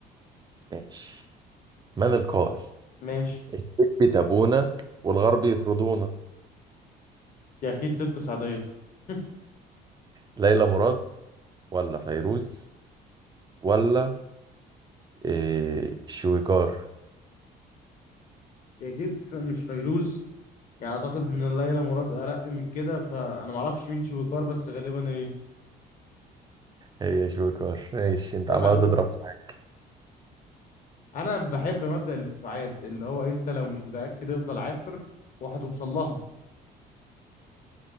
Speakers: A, on the right (about 25°); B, on the left (about 50°).
A: ماشي من القائل
B: ماشي
A: الشد تبونا والغرب يطردونا
B: دي اكيد ست سعدية <laughs>
A: ليلى مراد ولا فيروز ولا إيه شويكار
B: دي اكيد ف- مش فيروز يعني اعتقد ان ليلى مراد ارق من كده فانا ما اعرفش مين شويكار بس غالبا هي
A: هي شويكار ماشي انت
B: عيب
A: عمال
B: عليك
A: تضرب معايا.
B: انا بحب مبدأ الاستبعاد اللي هو انت لو مش متأكد افضل عافر وهتوصل لها